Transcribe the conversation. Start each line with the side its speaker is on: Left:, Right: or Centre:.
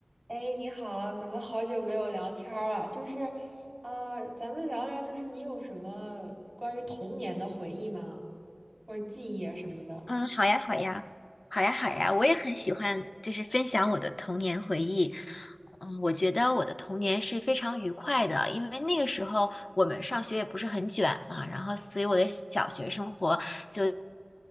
Right: 哎，你好，咱们好久没有聊天儿了，就是，呃，咱们聊聊，就是你有什么关于童年的回忆吗？或者记忆啊什么的？
Left: 嗯，好呀，好呀，好呀，好呀，我也很喜欢，就是分享我的童年回忆。嗯，我觉得我的童年是非常愉快的，因为那个时候我们上学也不是很卷嘛，然后所以我的小学生活就